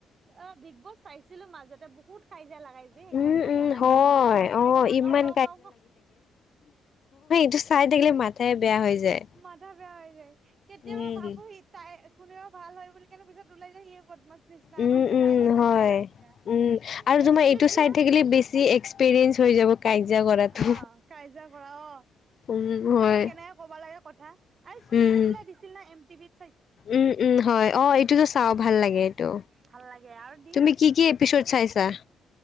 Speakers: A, on the right; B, on the left.
A: অ বিগ বছ চাইছিলো মাজতে বহুত কাই কাইজা লগাই যে সেইখিনি
B: উম,
A: ভাল
B: উম,
A: নালাগে
B: হয়।
A: ইমান কাইজা
B: অ',
A: কাও
B: ইমান
A: কাও কাও কাও
B: যা চাই থাকিলে মাথাই বেয়া হৈ যায়।
A: মাথা বেয়া হৈ কেতিয়াবা
B: উম।
A: ভাবো সি তাই কোনেও ভাল হয় বুলি কেনে পিছত ওলাই যায় সি বদমাছ্ নিচিনা
B: উম,
A: আৰু
B: উম,
A: কাইজা কাইজি
B: হয়।
A: এনেকা
B: উম আৰু
A: সেই
B: তোমাৰ
A: স্পিলিচ
B: এইটো
A: বিলাক
B: চাই থাকিলে বেছি এক্সপিৰিয়েন্ঞ্চ হৈ যাব। কাজিয়া কৰাটো।
A: অ কাইজা কৰা অ
B: উম,
A: তুমি
B: হয়।
A: মানে কেনেকে কবা লাগে কথা আৰু স্পিচ্
B: উম,
A: বিলাক দিছিল না এম টিভত
B: উম উম হয় অ এটোত চাও ভাল লাগে এইটো
A: ভাল লাগে আৰু দিয়ে
B: তুমি কি কি এপিচ ছ'ট চাইছা?